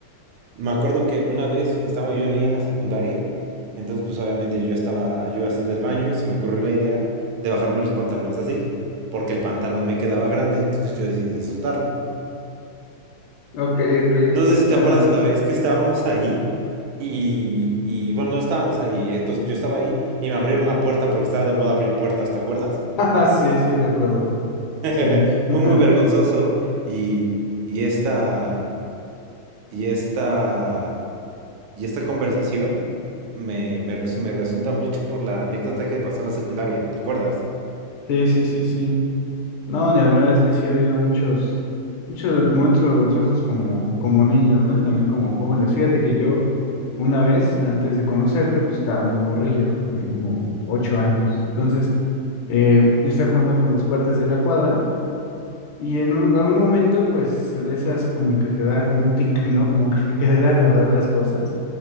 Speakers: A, on the right (about 80°); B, on the left (about 75°).
A: Me acuerdo que una vez estaba yo ahí en la secundaria, entonces pues obviamente yo estaba, yo hasta del baño y se me ocurrió la idea de bajarme los pantalones así, porque el pantalón me quedaba grande, entonces yo decidí soltarlo.
B: Ok, ok.
A: No sé
B: <laughs>
A: si te acuerdas la vez que estábamos ahí y, y, bueno, no estábamos ahí, entonces yo estaba ahí y me abrieron la puerta porque estaba de moda abrir puertas, ¿te acuerdas?
B: Ah, Sí, sí, recuerdo.
A: <laughs>
B: Sí. <laughs>
A: Fue muy vergonzoso y, y esta, y esta, y esta conversación me, me res- me resulta mucho por la anécdota que pasó en la secundaria, ¿te acuerdas?
B: Sí, sí, sí, sí. No, ni hablar, es que sí ha habido muchos, muchos ver- momentos vergonzosos como, como niños, ¿no? Y también como jóvenes. Fíjate que yo, una vez, antes de conocerte, pues estaba muy morrillo, tenía como ocho años. Entonces, eh, yo estaba jugando con los cuates de la cuadra. Y en un- algún momento, pues, de esas como que te da como un tic, ¿no? Como que <laughs> querer agarrar las cosas.